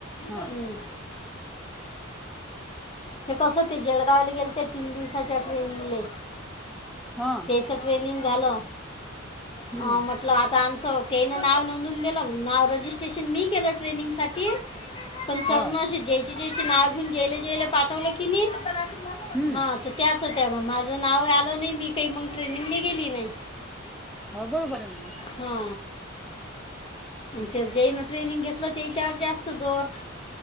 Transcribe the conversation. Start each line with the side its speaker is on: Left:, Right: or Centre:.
Centre: हा
Left: हं. ते कसं ते जळगावले गेले त्या तीन दिवसाच्या ट्रेनिंगले
Centre: हा
Left: च ट्रेनिंग झाल
Centre: हम्म
Left: हा मग आता आमचं केन नाव नोंदून गेलं नाव रजिस्ट्रेशन मी केलं ट्रेनिंगसाठी पण
Centre: हो
Left: सरन ज्यायचे ज्यायचे नाव घेऊन जेले जेले पाठवलं की नाही
Centre: हम्म
Left: हा त्याच होत्या मग माझं नाव आलं नाही मी काही मग ट्रेनिंगले गेली नाही
Centre: हो बरोबर आहे म
Left: हा ते जेन ट्रेनिंग घेतलं त्याच्यावर जास्त जोर